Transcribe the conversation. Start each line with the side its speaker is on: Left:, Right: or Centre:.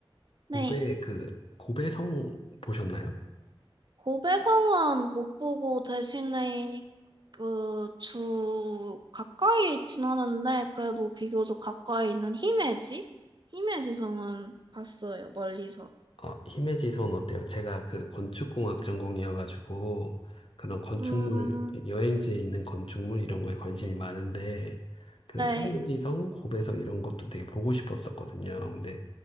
Right: 네.
Left: 고베 그 고베성 보셨나요?
Right: 고배성은 못 보고 대신에 그 주 가까이 있진 않은데 그래도 비교적 가까이 있는 히메지? 히메지 성은 봤어요, 멀리서.
Left: 어, 히메지 선 어때요? 제가 그 건축공학 전공이어가지고 그런 건축물,
Right: 음,
Left: 여행지에 있는 건축물 이런 거에 관심이 많은데 그
Right: 네.
Left: 히메지 성, 고베 성 이런 것도 되게 보고 싶었었거든요. 근데